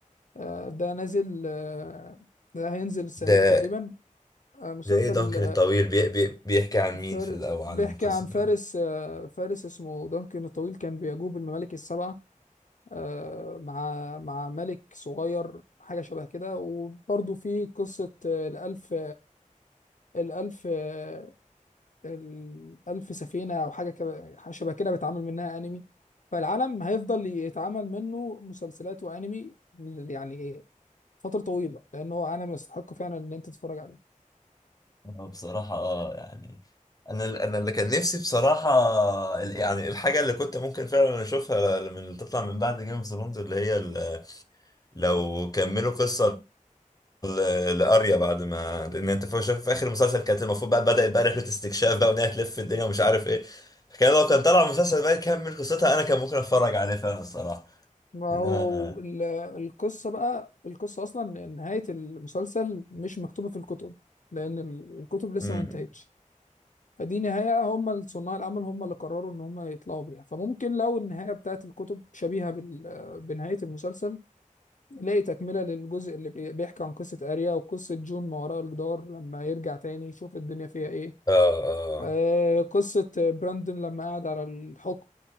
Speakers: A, on the left (about 65°); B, on the left (about 25°).
A: آه، ده نازل آه، ده هينزل السنه
B: ده
A: دي تقريبا آه، مسلسل
B: ده ايه دانكن الطويل بي بي بيحكي عن
A: الفار
B: مين في الاول
A: بيحكي
B: عن القصة
A: عن فارس
B: ده
A: آه، فارس اسمه دانكن الطويل كان بيجوب الممالك السبعه آه، مع مع ملك صغير حاجه شبه كده وبرضه في قصه آه، الألف الألف آه، الألف سفينة أو حاجة كده- حاجة شبه كده بيتعمل منها أنمي فالعالم هيفضل يتعمل منه مسلسلات وأنمي ل- يعني إيه فترة طويلة لأن هو عالم يستحق فعلا إن أنت تتفرج عليه
B: أنا بصراحة آه يعني أنا أنا اللي كان نفسي بصراحة ال- يعني الحاجة اللي كنت ممكن فعلا أشوفها من اللي تطلع من بعد جيم اوف ثرونز اللي هي ال- لو كملوا قصة ل- لاريا بعد ما لان انت في شايف في اخر المسلسل كانت المفروض بقى بدات بقى رحله استكشاف بقى وان هي تلف في الدنيا ومش عارف ايه كان لو كان طلع المسلسل بقى يكمل قصتها انا كان ممكن اتفرج عليه فعلا الصراحه
A: ما
B: لان
A: هو
B: انا انا
A: ال- القصة بقى القصة أصلا إن نهاية المسلسل مش مكتوبة في الكتب لأن ال- الكتب لسه
B: مم.
A: ما انتهتش فدي نهاية هم صناع العمل هم اللي قرروا إن هم يطلعوا بيها فممكن لو النهاية بتاعت الكتب شبيهة بال- بنهاية المسلسل لاقي تكملة للجزء اللي بي- بيحكي عن قصة أريا وقصة جون ما وراء الجدار لما يرجع تاني يشوف الدنيا فيها إيه
B: اه اه
A: آه قصة براندون لما قعد على الحكم